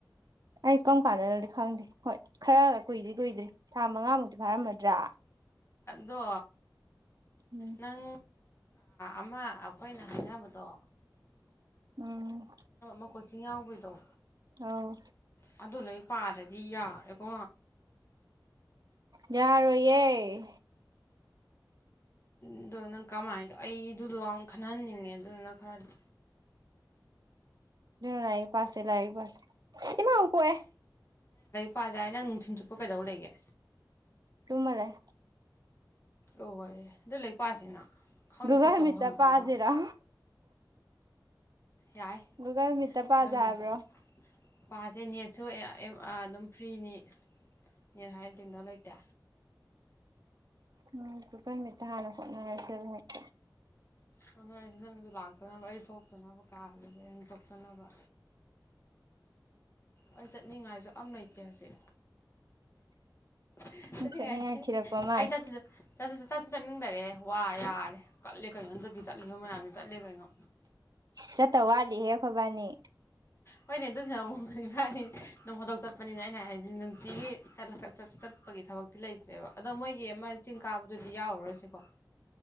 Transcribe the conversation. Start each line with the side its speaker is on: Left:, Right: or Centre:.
Right: ꯑꯩ ꯀꯔꯝ ꯀꯥꯟꯗꯅꯗꯤ ꯈꯪꯗꯦ ꯍꯣꯏ ꯈꯔ ꯀꯨꯏꯗꯦ ꯀꯨꯏꯗꯦ ꯊꯥ ꯃꯉꯥꯃꯨꯛꯇꯤ ꯐꯥꯔꯝꯃꯗ꯭ꯔꯥ
Left: ꯗꯣ
Right: ꯎꯝ
Left: ꯅꯪ ꯑꯃ ꯑꯩꯈꯣꯏꯅ ꯍꯥꯏꯅꯕꯗꯣ
Right: ꯎꯝ
Left: ꯑ ꯀꯣꯆꯤꯤꯡꯥꯎ ꯆꯥꯎ
Right: ꯑꯧ
Left: ꯑ ꯑꯗꯨꯅ ꯄꯥꯔꯗꯤ ꯌꯥ ꯑꯩꯀꯣ
Right: ꯌꯥꯔꯣꯏꯌꯦꯦ
Left: ꯑꯗꯨꯣ ꯅꯪ ꯀꯃꯥꯏꯅꯗ ꯑꯩꯗꯨꯗꯣ ꯌꯥꯝ ꯈꯟꯍꯟꯅꯤꯡꯉꯦ ꯑꯗꯨꯅ ꯈꯔꯗꯤ
Right: ꯂꯥꯏꯛ ꯄꯁꯦ ꯂꯥꯏꯛ ꯄꯁ ꯏꯃ ꯑ ꯀꯦ
Left: ꯄꯖꯦ ꯍꯥꯏ ꯅꯪ ꯅꯨꯡꯊꯤꯟ ꯆꯨꯞꯄ ꯀꯩꯗꯧ ꯂꯩꯒꯦ
Right: ꯁꯨꯃ ꯂꯩ
Left: ꯑꯣꯍꯣꯏ ꯑꯗꯨ ꯂꯩ ꯄꯁꯤꯅ ꯈꯪꯅ
Right: ꯒꯨꯒꯜ
Left: ꯈꯣꯠꯇꯕ
Right: ꯃꯤꯠꯇ
Left: ꯍꯪꯅꯔꯒ
Right: ꯄꯥꯁꯤꯔꯣ
Left: ꯌꯥꯏ
Right: ꯒꯨꯒꯜꯃꯤꯠꯇ ꯄꯥꯖ
Left: ꯒꯃꯤꯠꯇ
Right: ꯍꯥꯏꯕ꯭ꯔꯣ
Left: ꯄꯥꯁꯦ ꯅꯦꯠꯁꯨ ꯑꯦ ꯑ ꯑꯦꯝ ꯑ ꯐ꯭ꯔꯤꯅꯤ ꯅꯦꯠ ꯍꯥꯏꯔ ꯇꯤꯡꯗꯣ ꯂꯩꯇꯦ
Right: ꯎꯝ <unintelligible> ꯇꯥꯔ ꯍꯣꯠꯅꯔꯁꯦ <unintelligible> <inaudible>
Left: <unintelligible> ꯅꯪꯁꯨ ꯂꯥꯛꯇꯅꯕ ꯑꯩ ꯊꯣꯛꯇꯅꯕ ꯀꯥꯗꯒꯤ <unintelligible> ꯊꯣꯛꯇꯅꯕ ꯑꯩ ꯆꯠꯅꯤꯡꯉꯥꯏꯁꯨ ꯑꯝ ꯂꯩꯇꯦ ꯍꯧꯖꯤꯛ <unintelligible>
Right: ꯆꯠꯅꯤꯡꯉꯥꯏ ꯊꯤꯔꯛꯄ ꯃꯥꯜꯂꯦ
Left: ꯆꯠꯅꯤꯡꯗꯔꯦ ꯋꯥ ꯌꯥꯔꯦ ꯀꯠꯂꯦ ꯀꯩꯅꯣ ꯍꯟꯗꯛꯇꯤ ꯆꯠꯂꯤꯕ ꯃꯌꯥꯝꯁ ꯆꯠꯂꯦ ꯀꯩꯅꯣ
Right: ꯆꯠꯇ ꯋꯥꯠꯂꯤꯍꯦ ꯑꯈꯣꯏꯕꯥꯅꯤ
Left: ꯍꯣꯏꯅꯦ ꯑꯗꯨ <unintelligible> ꯅꯣꯡ ꯐꯥꯗꯣꯛ ꯆꯠꯄꯅꯤꯅ ꯑꯩꯅ ꯍꯥꯏꯗꯤ ꯒꯤ <unintelligible> ꯄꯒꯤ ꯊꯕꯛꯇꯤ ꯂꯩꯇ꯭ꯔꯦꯕ ꯑꯗꯣ ꯃꯣꯏꯒꯤ ꯑꯃ ꯆꯤꯡ ꯀꯥꯕꯗꯨꯗꯤ ꯌꯥꯎꯔꯨꯔꯁꯤꯀꯣ